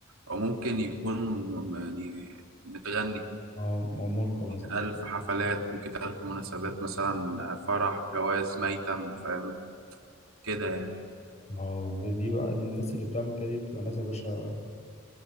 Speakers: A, on the right; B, on the left.
A: أو ممكن يكون م- يعني متغني
B: او أو ملقى مثلا
A: ألف حفلات ممكن ألف مناسبات مثلا آه، فرح جواز ميتم فاهم كده يعني
B: ما هو دي, دي بقى الناس اللي بتعمل كده دي بتبقى ناس يا باشا